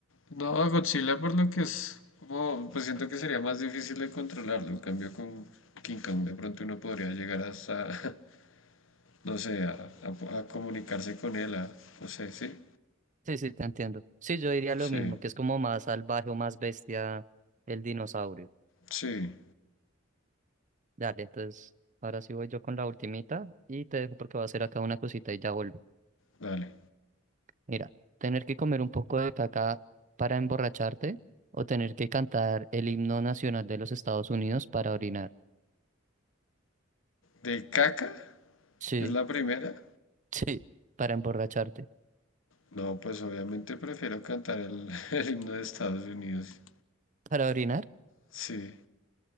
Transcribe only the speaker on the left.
no, a Godzilla por lo que es como, pues siento que sería más difícil de controlarlo. En cambio, con King Kong de pronto uno podría llegar hasta, <laughs> no sé, a, a- a comunicarse con él, a, no sé, sí,
sí,
sí,
dale.
¿De caca?
¿Es la primera?
No, pues obviamente prefiero cantar el, <laughs> el himno de Estados Unidos.
Sí,